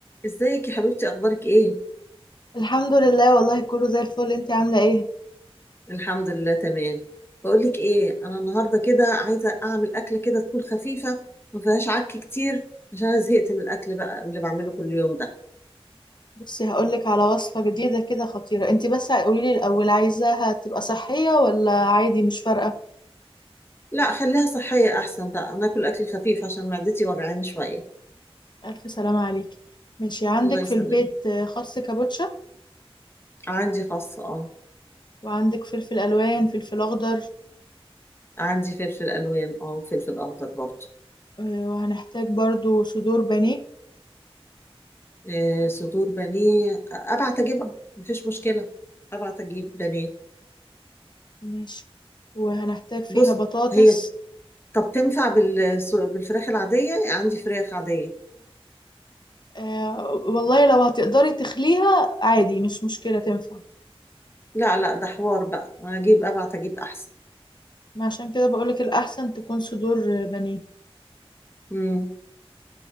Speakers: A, on the left; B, on the left.
A: ازيك يا حبيبتي اخبارك ايه
B: الحمد لله والله كله زي الفل انت عاملة ايه
A: الحمد لله تمام بقول لك ايه انا النهارده كده عايزه اعمل اكله كده تكون خفيفه ما فيهاش عك كتير عشان انا زهقت من الاكل بقى اللي بعمله كل يوم ده
B: بصي هقولك على وصفة جديدة كده خطيرة انت بس قوليلي الأول عايزاها تبقى صحية ولا عادي مش فارقة
A: لا خليها صحيه احسن بقى انا اكل اكل خفيف عشان معدتي وجعاني شويه
B: ألف سلامة عليكي ماشي عندك
A: الله يسلمك
B: في البيت آه، خس كابوتشا
A: عندي خاصه اه
B: وعندك فلفل ألوان فلفل أخضر
A: عندي فلفل الوان اه وفلفل اخضر برضه
B: آه، وهنحتاج برضو صدور بانيه
A: إيه صدور بانيه ابعت اجيبها مفيش مشكله ابعت اجيب بانيه
B: ماشي وهنحتاج فيها
A: بص
B: بطاطس
A: هي طب تنفع بال... بالفراخ العادية عندي فراخ عادية
B: آه، والله لو هتقدري تخليها عادي مش مشكلة تنفع
A: لا لا ده حوار بقى هجيب ابعت اجيب احسن
B: ما عشان كده بقولك الأحسن تكون صدور آه، بانيه
A: امم